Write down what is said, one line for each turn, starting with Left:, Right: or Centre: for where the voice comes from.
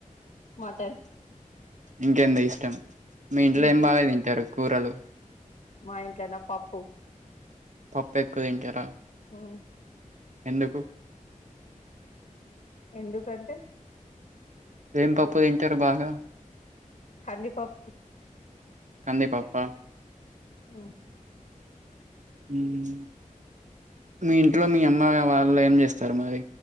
Left: మటన్
Right: ఇంకెందే ఇష్టం మీ ఇంట్లో
Left: ఇంకే
Right: ఏం బాగా తింటారు కూరలు
Left: మా ఇంట్లోన పప్పు
Right: పప్పు ఎక్కువ తింటారా
Left: హ్మ్
Right: ఎందుకు
Left: ఎందుకంటే
Right: ఏం పప్పు తింటారు బాగా
Left: కంది పప్పు
Right: కంది పప్పా
Left: హ్మ్
Right: హ్మ్ మీ ఇంట్లో మీ అమ్మ వాళ్ళు ఏం జేస్తారు మరి